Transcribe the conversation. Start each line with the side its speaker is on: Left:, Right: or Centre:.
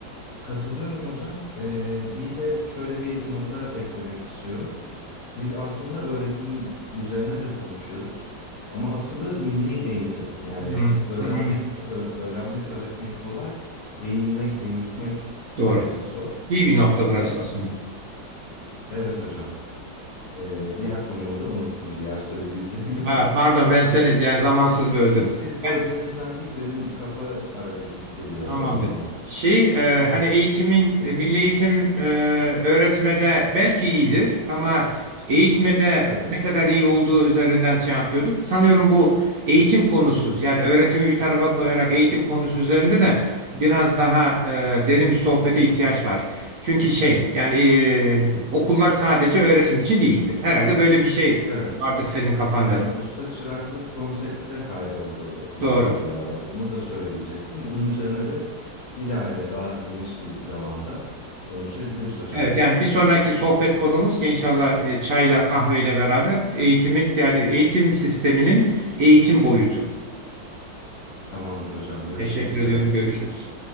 Left: Katılıyorum hocam. Ee, bir de şöyle bir nota eklemek istiyorum. Biz aslında öğretim üzerine de konuşuyoruz. Ama asılı milli eğitim. Yani
Right: Hı,
Left: öğrenmek,
Right: hı.
Left: ö- öğrenmek, öğretmek kolay. Eğilmek, eğitmek birazcık
Right: Doğru.
Left: zor.
Right: İyi bir nokta burası
Left: Ve
Right: aslında.
Left: evet hocam. ee, diğer konumu da unuttum diğer söyleyeceğimi.
Right: Ha,
Left: <laughs>
Right: pardon ben seni yani zamansız böldüm.
Left: Yok siz
Right: Ben
Left: böldüğünüzden değil benim kafa arada gidip geliyor
Right: Tamamdır.
Left: hocam ondan.
Right: Şey e, hani eğitimin e, milli eğitim e, öğretmede belki iyidir ama eğitmede
Left: Evet.
Right: ne kadar iyi olduğu üzerinden şey yapıyorduk. Sanıyorum bu eğitim konusu yani öğretimi bir tarafa koyarak eğitim konusu üzerinde de biraz daha e, derin bir sohbete ihtiyaç var. Çünkü şey yani e, okullar sadece öğretim için değildir. Herhalde böyle bir şey
Left: Evet.
Right: vardı senin kafanda.
Left: Yani usta çıraklık konsepti de kayboldu okullarla
Right: Doğru.
Left: beraber. Onu da söyleyecektim. Bunun üzerine de bilahare daha geniş bir zamanda konuşabiliriz hocam.
Right: Evet yani bir sonraki sohbet konumuz inşallah e, çayla kahveyle beraber eğitimin yani eğitim sisteminin eğitim boyutu.
Left: Tamamdır hocam. Görüşmek
Right: Teşekkür
Left: üzere.
Right: ediyorum. Görüşürüz.